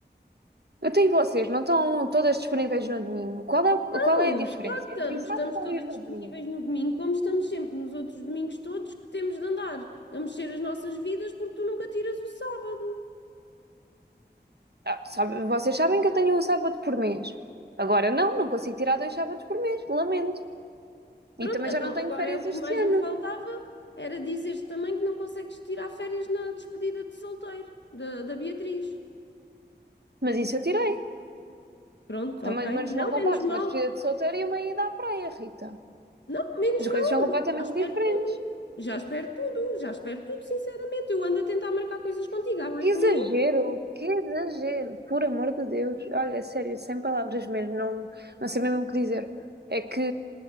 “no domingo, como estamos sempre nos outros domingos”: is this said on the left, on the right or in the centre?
Left